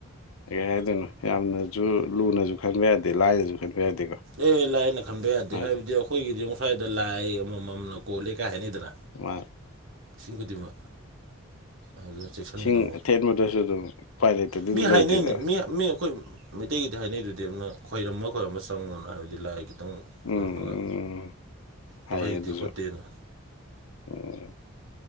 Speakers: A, on the left; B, on the right.
A: ꯀꯩ ꯍꯥꯏꯗꯣꯏꯅꯣ ꯌꯥꯝꯅꯁꯨ ꯂꯨꯅꯁꯨ ꯈꯟꯕ ꯌꯥꯗꯦ ꯂꯥꯏꯅꯁꯨ ꯈꯟꯕ ꯌꯥꯗꯦꯀꯣ
B: ꯑꯦ ꯂꯥꯏ ꯑꯅ ꯈꯟꯕ ꯌꯥꯗꯦ
A: ꯃꯥꯗꯤ
B: ꯍꯥꯏꯕꯗꯤ ꯑꯩꯈꯣꯏꯒꯤꯗꯤ ꯑꯃ ꯁ꯭ꯋꯥꯏꯗ ꯂꯥꯏ ꯑꯃꯃꯝꯅ ꯀꯣꯜꯂꯦ ꯀꯥꯏ ꯍꯥꯏꯅꯩꯗꯅ
A: ꯋꯥ
B: ꯁꯤꯡꯒꯨꯗꯤꯃꯥ ꯑꯗꯨ ꯆꯦꯛꯁꯤꯟꯒꯗꯧꯕ
A: ꯏꯁꯤꯡ ꯑꯊꯦꯟꯕꯗꯁꯨ ꯑꯗꯨꯝ ꯎꯄꯥꯏ ꯂꯩꯇꯗꯤ ꯑꯗꯨꯝ
B: ꯃꯤ ꯍꯥꯏꯅꯩꯅꯦ
A: ꯂꯩꯇꯦꯗꯅ
B: ꯃꯤ ꯃꯤ ꯑꯩꯈꯣꯏ ꯃꯩꯇꯩꯒꯤꯗꯤ ꯍꯥꯏꯅꯩꯗꯨꯗꯤ ꯑꯃꯅ ꯈꯣꯏꯔꯝꯕ ꯈꯣꯏꯔꯝꯕ ꯆꯪꯉꯣꯅ ꯍꯥꯏꯕꯗꯤ ꯂꯥꯏ ꯈꯤꯇꯪ
A: ꯎꯝ
B: ꯈꯣꯏꯔꯝꯃꯒ
A: ꯎꯝ ꯍꯥꯏꯌꯦ
B: ꯇꯧꯍꯩꯗꯦ
A: ꯑꯗꯨꯁꯨ
B: ꯈꯣꯠꯇꯦꯅ
A: ꯎꯝ